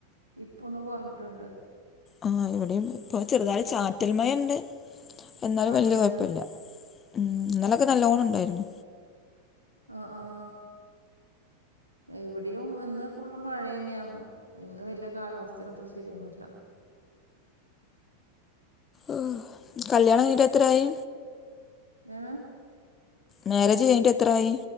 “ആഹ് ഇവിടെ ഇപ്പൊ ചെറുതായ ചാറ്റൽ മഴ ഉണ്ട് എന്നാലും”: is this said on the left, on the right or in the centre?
Left